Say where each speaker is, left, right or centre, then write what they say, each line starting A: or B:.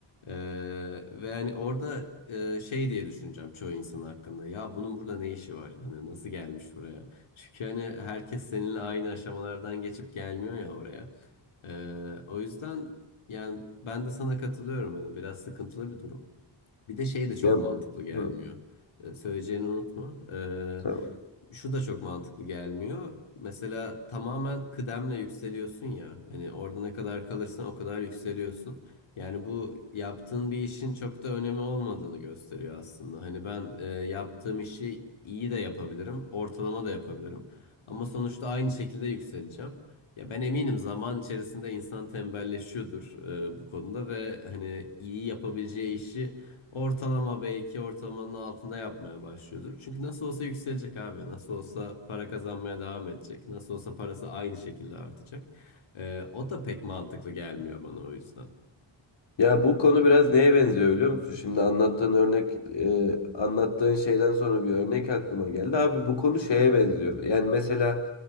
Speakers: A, on the left; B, on the left.
A: e, ve yani orada e, şey diye düşüneceğim çoğu insan hakkında. Ya bunun burada ne işi var? Hani nasıl gelmiş buraya? Çünkü hani herkes seninle aynı aşamalardan geçip gelmiyor ya oraya. Ee, o yüzden yani ben de sana katılıyorum hani biraz sıkıntılı bir durum. Bir de şey de çok
B: Ya,
A: mantıklı gelmiyor.
B: Hı,
A: Ee, söyleyeceğini unutma. Ee,
B: tamam.
A: şu da çok mantıklı gelmiyor. Mesela tamamen kıdemle yükseliyorsun ya. Hani orada ne kadar kalırsan o kadar yükseliyorsun. Yani bu yaptığın bir işin çok da önemi olmadığını gösteriyor aslında. Hani ben e, yaptığım işi iyi de yapabilirim, ortalama da yapabilirim. Ama sonuçta aynı şekilde yükseleceğim. Ya ben eminim zaman içerisinde insan tembelleşiyordur e, bu konuda ve hani iyi yapabileceği işi Ortalama belki ortalamanın altında yapmaya başlıyordur. Çünkü nasıl olsa yükselecek abi. Nasıl olsa para kazanmaya devam edecek. Nasıl olsa parası aynı şekilde artacak. Ee, o da pek mantıklı gelmiyor bana o yüzden.
B: Ya bu konu biraz neye benziyor biliyor musun? Şimdi anlattığın örnek, e, anlattığın şeyden sonra bir örnek aklıma geldi. Abi bu konu şeye benziyor. Yani mesela